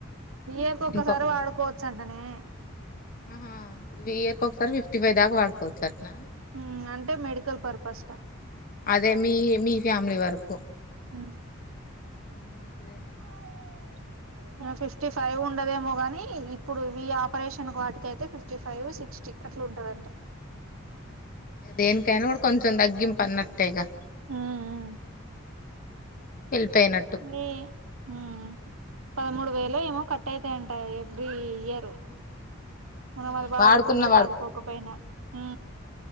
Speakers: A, on the right; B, on the left.
A: ఏక ఒక్కసారి
B: ఒకదానికి
A: వాడుకోవచ్చంటనే
B: ఆహా ఏర్కొ ఒకసారి ఫిఫ్టీ ఫైవ్ దాకా వాడుకోవచ్చంట్నా
A: ఉమ్ అంటే మెడికల్ పర్పస్క
B: అదే మీ మీ ఫ్యామిలీ వర్కు.
A: హు
B: ఉ అంతేగా
A: <unintelligible> ఫిఫ్టీ ఫైవ్ ఉండదేమో గాని ఇప్పుడు ఇ ఆపరేషన్ వాటికి అయితే ఫిఫ్టీ ఫైవ్ సిక్స్టీ అట్లా ఉంటదంట
B: దేనికైనా కూడా కొంచెం తగ్గింపు అన్నట్టేగా
A: ఉ ఉమ్
B: వెళ్ళిపోయిన
A: ఏ మ్ పదమూడు వేలు ఏమో కట్ట అయితాయంట ఎవ్రీ ఇయరు మనం
B: ఉహు
A: అది వాడుకున్న
B: వాడుకున్నా
A: వాడుకోకపోయినా ఉ